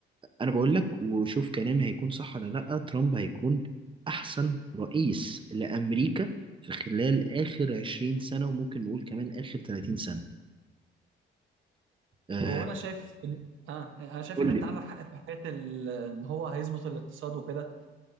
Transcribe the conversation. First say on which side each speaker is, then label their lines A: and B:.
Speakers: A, on the right; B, on the right.
A: انا بقول لك وشوف كلامي هيكون صح ولا لا ترامب هيكون احسن رئيس لامريكا في خلال اخر 20 سنه وممكن نقول كمان اخر 30 سنه آه
B: هو انا شايف اه انا شايف
A: قول
B: ان انت
A: لي
B: عندك حق في حكاية ال- ان هو هيظبط الاقتصاد وكده